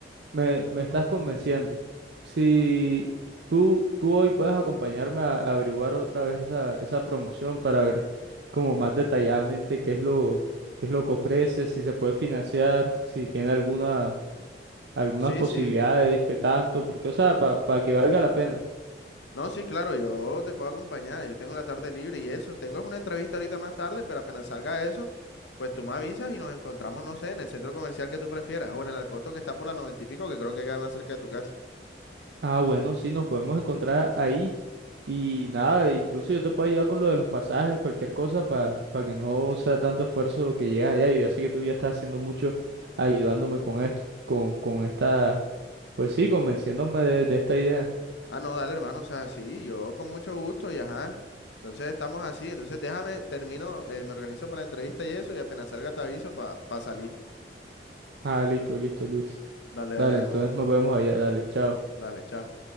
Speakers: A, on the right; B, on the left.
A: Me, me estás convenciendo. Si tú, tú hoy puedes acompañarme a, a averiguar otra vez esa, esa promoción para ver como más detalladamente qué es lo, qué es lo que ofrece, si se puede financiar, si tiene alguna, algunas
B: Sí,
A: posibilidades,
B: sí.
A: qué tanto, porque, o sea, para que valga la pena.
B: No, sí, claro, yo te puedo acompañar, yo tengo la tarde libre y eso, tengo una entrevista ahorita más tarde, pero apenas salga eso, pues tú me avisas y nos encontramos, no sé, en el centro comercial que tú prefieras o en el Alcosto que está por la noventa y pico, que creo que queda más cerca de tu casa.
A: Ah, bueno, sí, nos podemos encontrar ahí. Y nada, incluso yo te puedo ayudar con lo de los pasajes, cualquier cosa, para que no sea tanto esfuerzo que llegas allá. Yo ya sé que tú ya estás haciendo mucho ayudándome con esto, con, con esta, pues sí, convenciéndome de, de esta idea.
B: Ah, no, dale, hermano, o sea, sí, yo con mucho gusto y ajá. Entonces estamos así, entonces déjame, termino, eh, me organizo para la entrevista y eso, y apenas salga te aviso para salir.
A: Ah, listo, listo, Luis.
B: Dale, dale,
A: Dale,
B: mi
A: entonces
B: hermano.
A: nos vemos allá, dale, chao.
B: Dale, chao.